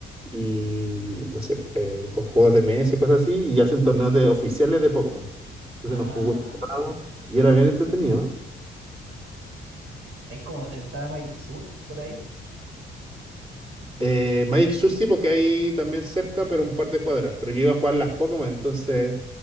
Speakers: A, on the right (about 30°); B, on the right (about 85°).
A: y no sé, eh, con juegos de mesa y cosas así, y hacen torneos de, oficiales de Pokémon. Entonces
B: Ah,
A: nos jugamos y era bien entretenido.
B: hay como, está Magic Sur por ahí.
A: Eh, Magic Sur porque hay también cerca, pero un par de cuadras. Pero yo iba a jugar las Pokémon, entonces